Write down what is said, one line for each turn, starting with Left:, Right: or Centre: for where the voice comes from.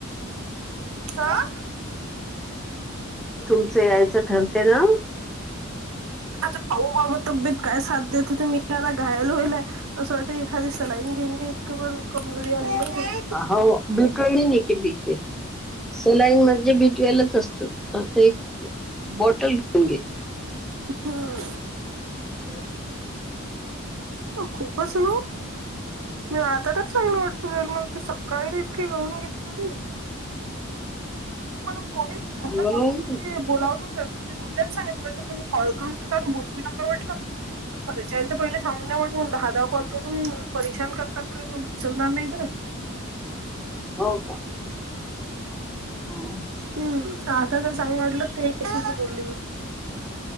Right: अह्
Centre: तुमचं यायचं ठरते ना?
Right: आता पाहू बाबा तब्येत काय साथ देते ते मी आता घायाल होईले. असं वाटतंय एखादी सलाईन घेऊन घ्या इतकं पण कमजोरी आलेली आहे त्याच्या
Centre: अ हो बिपियन की बीपे सलाईन म्हणजे बीटेल्स असतं आता एक बॉटल लिहून घे.
Right: हम्म
Centre: <unintelligible>
Right: खूपच ना ओ मी आता तर चांगल वाटू राहिला मला ते सकाळची इतकं गळून गेली होती कि मला कोणी बोललं
Centre: म्हणून
Right: का मग ते बोलावू नव्हत वाटतं. मी नवऱ्याला सांगितलं की बाबा मी कॉल करू नका बोलू बी नका म्हटलं. अन घरच्यांना तर पहिले सांगून द्या म्हटलं दहा दहा कॉल करून परेशान करतात म्हणलं मी उचलणार नाही बरं.
Centre: हो का हम्म
Right: हम् आता जर चांगलं वाटलं ते <inaudible> बोलली मी.